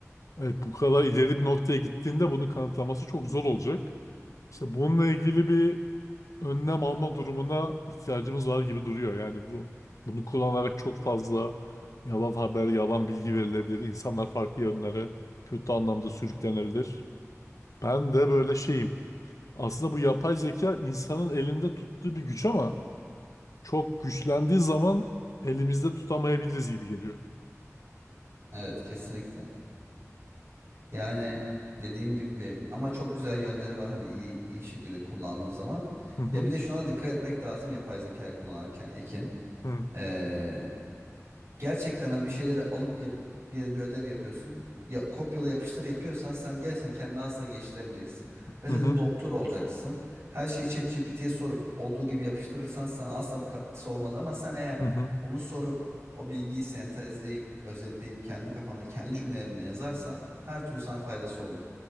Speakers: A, on the left; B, on the right.
A: Evet bu kadar ileri bir noktaya gittiğinde bunu kanıtlaması çok zor olacak. İşte bununla ilgili bir önlem alma durumuna ihtiyacımız var gibi duruyor. Yani bu bunu kullanarak çok fazla yalan haber, yalan bilgi verilebilir. İnsanlar farklı yönlere kötü anlamda sürüklenebilir. Ben de böyle şeyim. Aslında bu yapay zeka insanın elinde tuttuğu bir güç ama çok güçlendiği zaman elimizde tutamayabiliriz gibi geliyor.
B: Evet kesinlikle. Yani dediğim gibi ama çok güzel yönleri var hani iyi iyi şekilde kullandığın zaman.
A: Hı hı,
B: Ya bir de şuna da dikkat etmek lazım yapay zeka kullanırken Ekin.
A: hı,
B: Ee, gerçekten hani bir şeyleri alıp yap, diyelim bir ödev yapıyorsun. Ya, kopyala yapıştır yapıyorsan sen gerçekten kendini asla geliştiremeyeceksin. Mesela
A: hı hı,
B: diyelim doktor olacaksın. Her şeyi ChatGPT'ye sorup olduğu gibi yapıştırırsan sana asla bir katkısı olmaz. Ama sen eğer
A: hı hı,
B: bunu sorup o bilgiyi sentezleyip, özetleyip kendi kafanda kendi cümlelerine yazarsan her türlü sana faydası olur.